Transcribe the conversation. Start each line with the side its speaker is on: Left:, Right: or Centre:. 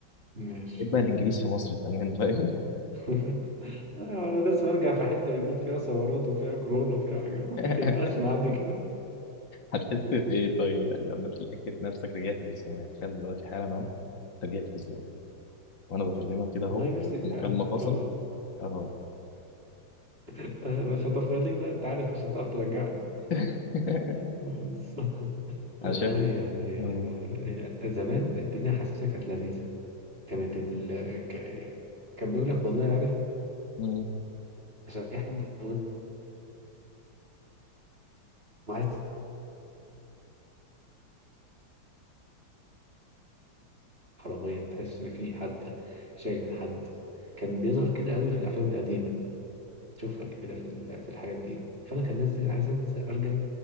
Right: ماشي
Left: ايه بقى الانجليز في مصر كمان فاهم
Right: <laughs> انا لازم ارجع في حتة يكون فيها ثورات وفيها كورونا وفيها حاجة ما
Left: <laughs>
Right: ينفعش نعدي
Left: هتحس بايه طيب يعني لما تلاقي نفسك رجعت بالزمن يعني تخيل دلوقتي حالا اهو أنت رجعت بالزمن وانا بكلمك كده
Right: والله
Left: اهو
Right: نفسي يعني
Left: المكالمه فصلت
Right: أنا
Left: اهو
Right: <laughs> خطف خليك بقى أنت عارف عشان تعرف ترجعني
Left: <laughs>
Right: بس <laughs> والله
Left: انا شايف
Right: يعني
Left: مم.
Right: آه، زمان الدنيا حاسسها كانت لذيذة كانت ال... ك... كان بيقول لك والله عارف
Left: مم.
Right: عشان أي حد لو أنت عايز حرامية ما تحسش إن في حد شايل من حد كان بيظهر كده قوي في الأفلام القديمة تشوفها كده في ال- في الحاجات دي فانا كان نازل عايز أنزل ارجع